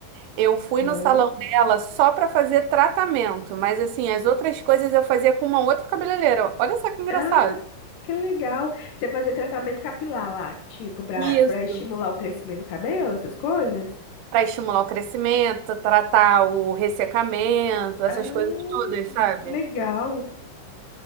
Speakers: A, on the right (about 90°); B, on the left (about 75°).
A: Eu fui
B: Aham.
A: no salão dela só para fazer tratamento, mas assim, as outras coisas eu fazia com uma outra cabeleireira. Olha só que engraçado.
B: Ah, que legal. Você fazia tratamento capilar lá, tipo, pra,
A: Isso.
B: pra estimular o crescimento do cabelo, essas coisas?
A: Para estimular o crescimento, tratar o ressecamento, essas
B: Ah,
A: coisas todas, sabe?
B: que legal.